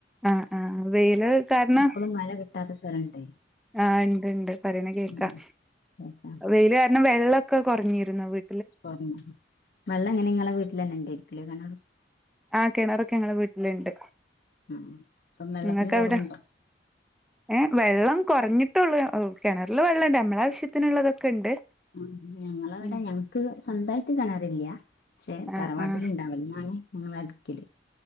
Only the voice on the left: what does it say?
ഇപ്പോഴും മഴ കിട്ടാത്ത സ്ഥലമുണ്ട്
ഉം കേക്കാം
കൊ വെള്ളം എങ്ങനെ നിങ്ങളെ വീട്ടിൽ തന്നെ ഉണ്ടായിരിക്കലോ കിണ
ഉം അപ്പം വെള്ളത്തിന്
കുറവുണ്ടോ
ആ ഞങ്ങള അവിടെ
ഞങ്ങക്ക് സ്വന്തായിട്ട് കിണ റില്ല പക്ഷെ
തറവാട്ടിലുണ്ടാവലെന്നാണ്
നിങ്ങള് അടിക്കല്